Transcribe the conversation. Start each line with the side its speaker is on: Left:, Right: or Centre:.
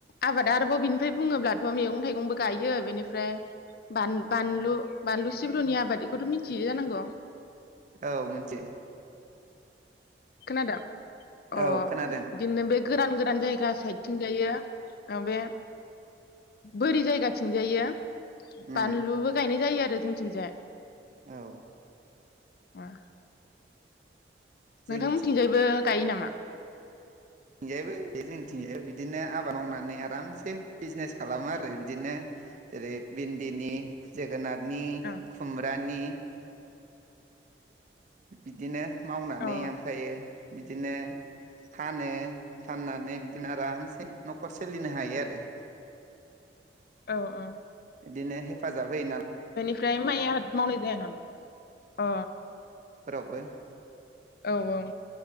Left: आबाद आरोबाव बिनिफ्राय बुङोब्लाथ' मैगं थाइगंबो गायो बेनिफ्राय बान बानलु बानलु सिब्रुनि आबाद बेखौथ' मिथियो जानांगौ।
Right: औ मोनथियो।
Left: खोनादों अ
Right: औ खोनादों
Left: बिदिनो बे गोदान गोदान जायगा साइडथिं जायो ओ बे बोरि जायगाथिं जायो।
Right: उम
Left: बानलुबो गायनायनि जायो आरो। देथन थिंजाय
Right: औ।
Left: मा
Right: जोंनिथिं
Left: नोंथांमोनथिंजायबो खाय नामा?
Right: थिंजायबो जोंनिथिंजाय बिदिनो आबाद मावनानै आरामसे बिजनेस खालामो आरो बिदिनो जेरै भिन्दिनि जो जोगोनादनि
Left: अ
Right: खुमब्रानि बिदिनो मावनानै
Left: अ
Right: ओमफ्रायो बिदिनो फानो फाननानै बिदिनो आरामसे न'खर सोलिनो हायो आरो
Left: अ अ
Right: बिदिनो हेफाजाब होयो नालाय
Left: ओमफ्राय माइ आबाद मावनाय जाया नामा? अ
Right: फोरावबो
Left: औ औ